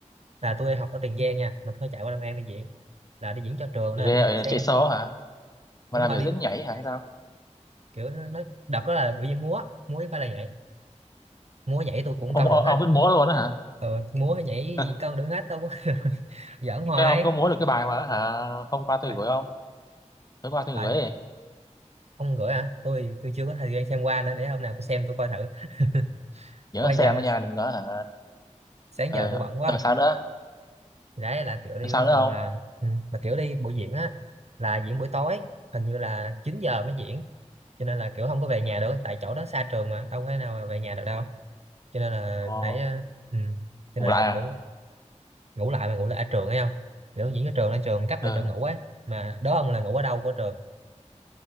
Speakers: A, on the right; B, on the left.
A: là tôi học ở Tiền Giang nha mà tôi phải chạy qua Long An đi diễn là đi diễn cho trường nên là
B: ghê
A: đi
B: ở
A: bằng xe
B: chạy số hả mà
A: đúng
B: làm
A: rồi
B: biểu
A: đi
B: diễn nhảy hả hay sao
A: kiểu nó nó- đợt đó là biểu diễn múa múa với phải là nhảy múa nhảy tôi cũng
B: ông
A: cân
B: ông,
A: được hết
B: ông biết múa luôn đó hả <laughs>
A: ừ, múa hay nhảy gì
B: Ờ,
A: cân được hết đâu <laughs> giỡn hoài
B: thế ông có múa được cái bài mà hả hôm qua tôi
A: phải,
B: gửi không tối qua tôi
A: phải.
B: gửi
A: ông gửi hả tôi tôi chưa có thời gian xem qua nữa để hôm nào tôi xem tôi coi thử <laughs>
B: nhớ
A: bây
B: xem
A: giờ
B: đó nha đừng có hả
A: sáng
B: ờ
A: giờ tôi bận quá
B: ờ, sao nữa
A: Thì đấy là kiểu đi
B: Còn sao
A: với
B: nữa
A: trường
B: không
A: là ừ. mà kiểu đi buổi diễn á là diễn buổi tối hình như là 9 giờ mới diễn cho nên là kiểu không có về nhà được tại chỗ đó xa trường mà đâu có thể nào mà về nhà được đâu cho nên là
B: ồ
A: phải ờ, ừ. cho
B: ngủ
A: nên là
B: lại à
A: kiểu ngủ lại mà ngủ lại ở trường ấy không kiểu diễn ở trường ở trường cấp
B: ờ
A: lại chỗ ngủ ấy mà đó ông là ngủ ở đâu của trường